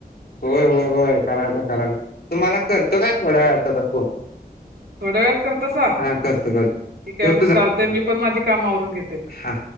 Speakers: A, on the left (about 75°); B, on the right (about 80°).
A: होय होय होय करायच करायच. तुम्हाला करतो काय थोड्या वेळात आता फोन.
B: थोड्या वेळात करतसा.
A: हा करतो करतो
B: ठिक आहे
A: ठेवतो
B: मग
A: जरा
B: चालतय मी पण माझी काम आवरून घेते‌.
A: हा हा